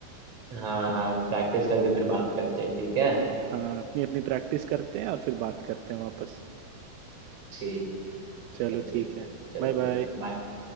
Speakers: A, on the right; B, on the right.
A: हाँ हाँ प्रैक्टिस करके फिर बात करते हैं ठीक है
B: हाँ अपनी अपनी प्रैक्टिस करते हैं और फिर बात करते हैं वापस
A: ठीक
B: चलो
A: है ठीक
B: ठीक है
A: है चलो
B: Bye bye
A: फिर बाय बाय